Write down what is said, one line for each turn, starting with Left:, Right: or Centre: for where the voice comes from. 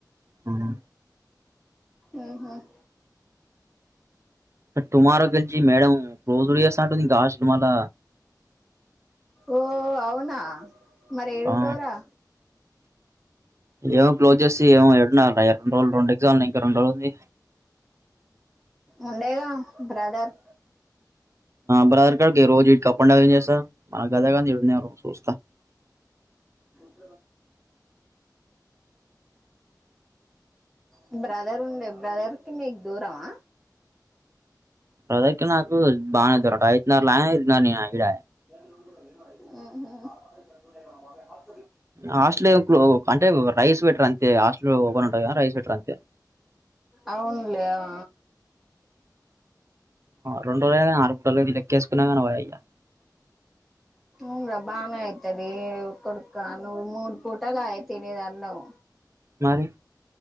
Right: హ్మ్
Centre: ఉహుం
Right: తుమారోగల్జ మేడ రోజడుసంటంది గస్ తులా
Centre: ఓ అవునా మరి ఏడుంటావురా
Right: ఆ ఏమ క్లోజ్ చేసి ఏ ఎడురండు రోజులు రెండు ఎగ్జా ఇంకా రెండు రోజులు ఉంది
Centre: ఉండేగా బ్రదర్
Right: బ్రాదర్ కగ రోజ ఇ అప్పంసా మన గదగా ఇడు సూస్త
Centre: మ్ మ్ బ్రదర్ ఉండే బ్రదర్ కి మీకు దూరమా
Right: ప్రదాకి నాకు బాగానే యిదున్నారు దు ఐడ
Centre: ఉహుం
Right: హాస్టల్ అంటే రైస్ వెటర్ అంతే హాస్టల్ ఓపెన్ ఉంటంది కదా రైస్ వెటర్ అంతే
Centre: అవునులే ఆ
Right: రండు రోజులునీ నాలు మూడు రోజులుగా లెక్కేసుకున్నా కానీ అయ్యా
Centre: ఉ రా బానే అయితది కొడుక నూ మూర్ పూటలో అయి తినేది అనం
Right: మరి